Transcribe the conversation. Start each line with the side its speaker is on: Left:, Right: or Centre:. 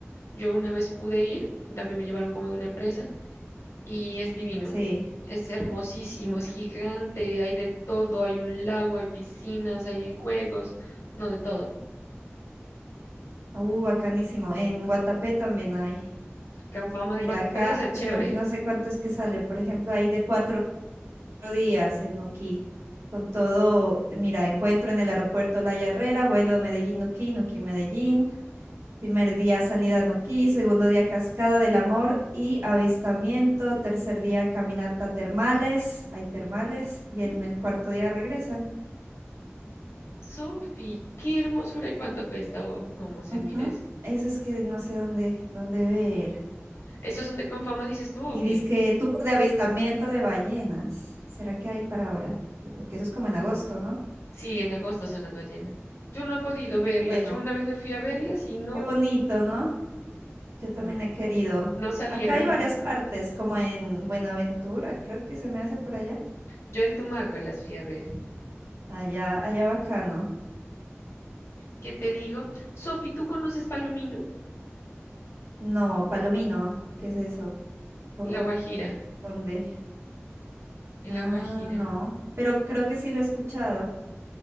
Left: yo una vez pude ir, también me llevaron como de una empresa y es divino.
Right: sí.
Left: Es hermosísimo,
Right: Ujú.
Left: es gigante, hay de todo, hay un lago, hay piscinas, hay juegos, no de todo.
Right: Uh, bacanísimo. En Guatapé también hay.
Left: Con fama
Right: Mira
Left: de Guatapé
Right: acá,
Left: debe ser chévere.
Right: sino que no sé cuánto es que sale. Por ejemplo, hay de cuatro días en Nuquí, con todo, mira, encuentro en el aeropuerto La Yarrera, vuelo Medellín-Nuquí, Nuquí-Medellín, primer día salida a Nuquí, segundo día Cascada del Amor y avistamiento, tercer día caminata termales, hay termales, y
Left: Mm,
Right: en el cuarto día regresan.
Left: Sofi, qué hermosura y cuánto cuesta o cómo se
Right: Ujú,
Left: mira eso.
Right: Eso es que no sé dónde, dónde ver.
Left: ¿Esos son de Confama, dices tú o
Right: Y
Left: qué?
Right: dice que tour de avistamiento de ballenas. ¿Será que hay para ahora? Eh, Porque eso es como en agosto, ¿no?
Left: Sí, en agosto son las ballenas. Yo no he podido verlas.
Right: Bueno,
Left: Yo una vez me fui a verlas y no,
Right: qué bonito, ¿no? Yo también
Left: mm,
Right: he querido.
Left: no salieron.
Right: Acá hay varias partes, como en Buenaventura, creo que se me hace por allá.
Left: Yo en Tumaco las fui a ver.
Right: Allá, allá bacano.
Left: ¿Qué te digo? Sofi, ¿tú conoces Palomino?
Right: No, Palomino, ¿qué es eso? ¿Por
Left: En La
Right: dó-
Left: Guajira,
Right: dónde?
Left: en
Right: Ah,
Left: La Guajira.
Right: no, pero creo que sí lo he escuchado.